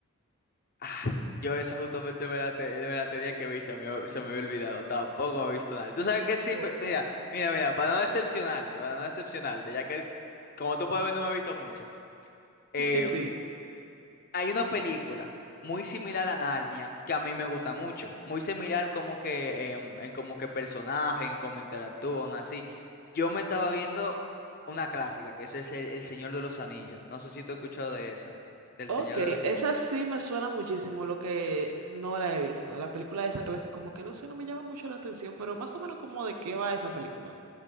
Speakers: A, on the left; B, on the right.
A: Ah, yo esa justamente me la, te- me la tenía que ver y se me, se me había olvidado. Tampoco me he visto nada. Tú sabes que sí,
B: Oh.
A: pe- mira, mira, mira, para no decepcionarte, para no decepcionarte, ya que como tú puedes ver no me he visto muchas. Em,
B: <laughs> Sí.
A: Hay una película muy similar a Narnia que a mí me gusta mucho. Muy similar como que en, en como que personaje, en cómo interactúan, así. Yo me estaba viendo una clásica, que es el, El Señor de los Anillos. No sé si tú has escuchado de esa. Del
B: Ok,
A: Señor de los...
B: esa sí me suena muchísimo, lo que no la he visto. La película de esa clase como que no sé, no me llama mucho la atención, pero más o menos como de qué va esa película.